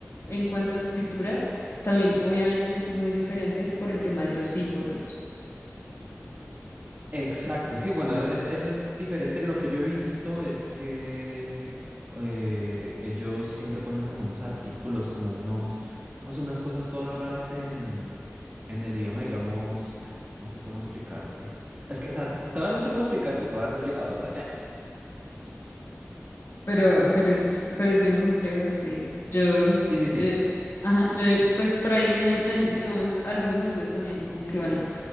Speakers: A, on the left; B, on the right.
A: en cuanto a escritura, también obviamente es muy diferente por el tema de los símbolos.
B: Exacto, sí, bueno, es- eso es diferente. Lo que yo he visto es que eh, ellos siempre ponen como unos artículos, como unos, no sé, unas cosas todas raras en, en el idioma, digamos, ay, no sé cómo explicarte. Es que, o sea, todavía no sé cómo explicarte, todavía no he llegado hasta allá.
A: Pero, pero es, pero es bien complejo, sí. Yo,
B: Sí, sí, sí,
A: yo, ajá, yo, pues por ahí me, me han, digamos, algunos amigos también, como que bueno